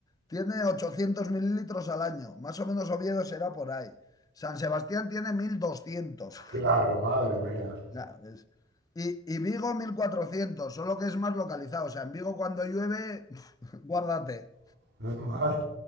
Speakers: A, on the left; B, on the right.
A: tiene 800 mililitros al año. Más o menos Oviedo será por ahí. San Sebastián tiene mil doscientos
B: claro, madre mía.
A: <laughs> sea, es- Y, y Vigo 1400. solo que es más localizado. O sea, en Vigo cuando llueve, <laughs> guárdate.
B: <laughs> Madre.